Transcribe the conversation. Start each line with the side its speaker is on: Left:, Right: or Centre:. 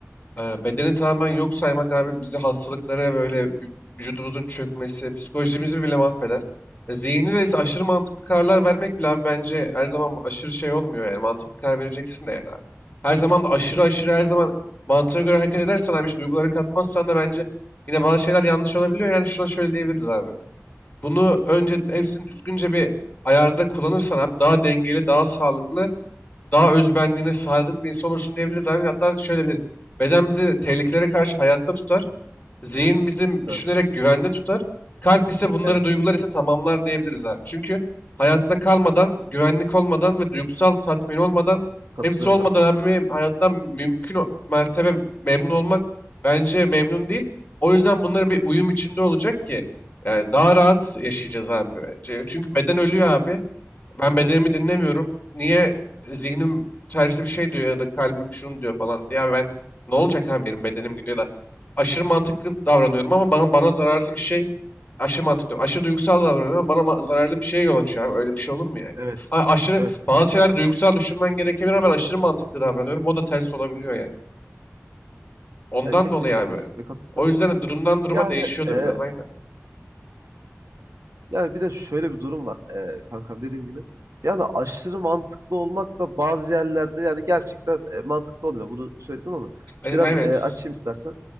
Left: Ee, Bedeni tamamen yok saymak abi bizi hastalıklara böyle vü- vücudumuzun çökmesi, psikolojimizi bile mahveder. E, Zihni de ise aşırı mantıklı kararlar vermek bile abi bence her zaman aşırı şey olmuyor yani mantıklı karar vereceksin de yani abi. Her zaman da aşırı aşırı her zaman mantığına göre hareket edersen abi hiç duyguları katmazsan da bence yine bazı şeyler yanlış olabiliyor. Yani şuna şöyle diyebiliriz abi. Bunu önce hepsini düzgünce bir ayarda kullanırsan abi daha dengeli, daha sağlıklı daha özbenliğine sadık bir insan olursun diyebiliriz abi. Hatta şöyle diyebiliriz. Beden bizi tehlikelere karşı hayatta tutar. Zihin bizim
Right: Evet,
Left: düşünerek güvende tutar. Kalp ise bunları
Right: evet.
Left: duygular ise tamamlar diyebiliriz abi. Çünkü hayatta kalmadan, güvenlik olmadan ve duygusal tatmin olmadan,
Right: Katılıyorum
Left: hepsi olmadan
Right: kanka.
Left: abi bir hayattan mümkün o- mertebe memnun olmak bence memnun değil. O yüzden bunları bir uyum içinde olacak ki yani daha rahat yaşayacağız abi bence. Çünkü beden ölüyor abi. Ben bedenimi dinlemiyorum. Niye e, zihnim tersi bir şey diyor ya da kalbim şunu diyor falan. diye. Ya ben ne olacak abi benim bedenim gidiyor da aşırı mantıklı davranıyorum ama bana bana zararlı bir şey aşırı mantıklı diyorum. Aşırı duygusal davranıyorum ama bana ma- zararlı bir şeye yol açıyor abi. Öyle bir şey olur mu yani?
Right: Evet,
Left: Ha, aşırı
Right: evet.
Left: bazı şeyler duygusal düşünmen gerekebilir ama ben aşırı mantıklı davranıyorum. O da ters olabiliyor yani. Ondan
Right: Ya kesinlikle
Left: dolayı abi.
Right: kesinlikle katılıyorum.
Left: O yüzden de durumdan duruma
Right: Yani
Left: değişiyor da
Right: e,
Left: biraz aynen.
Right: yani bir de şöyle bir durum var e, kankam dediğim gibi. Yani aşırı mantıklı olmak da bazı yerlerde yani gerçekten e, mantıklı olmuyor. Bunu söyledim ama
Left: E-
Right: biraz
Left: Evet.
Right: e, açayım istersen.